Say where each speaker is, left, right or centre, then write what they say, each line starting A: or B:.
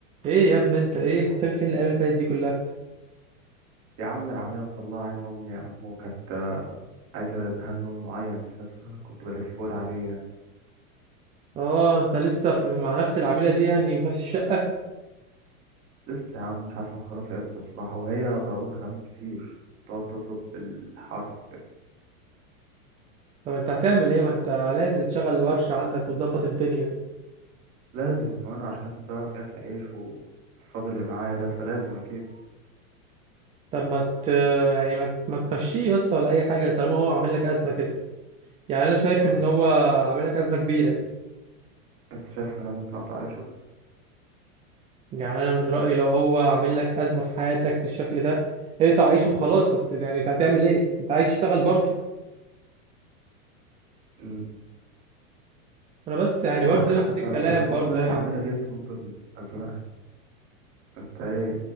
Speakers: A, on the right; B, on the right.
A: ايه يا ابني انت ايه مختفي فين الايام اللي فاتت دي كلها
B: يا عم العمالة مطلعة عين أمي يا عم وكانت عايزة دهان لون معين كده فكنت بلفهولي عليه يعني
A: اه انت لسه في مع نفس العميله دي يعني في نفس الشقه
B: لسه يا عم مش عارف هنخلصها امتى بصراحة وهي طلباتها كمان كتير تقعد تطلب بالحرف
A: طب انت هتعمل ايه ما انت لازم تشغل ورشه عندك وتظبط الدنيا
B: لازم كمان عشان بقى في أكل عيش والصبر اللي معايا ده فلازم أكيد
A: طب ما ت... يعني ما, ما تمشيه يا اسطى ولا اي حاجه طالما هو عامل لك ازمه كده يعني انا شايف
B: ما-
A: ان هو عامل لك ازمه كبيره
B: أنت شايف إن أنا ممكن أقطع عيشه؟
A: يعني انا من رايي لو هو عامل لك ازمه في حياتك بالشكل ده اقطع عيشه وخلاص بس يعني انت هتعمل ايه انت عايز تشتغل برضه
B: أمم،
A: انا بس يعني
B: معاك
A: برضه
B: حق
A: نفس
B: فعلا
A: الكلام
B: بس برضه
A: برضه يعني
B: هي العمالة ديت برضه اللي مأزماها أنت إيه؟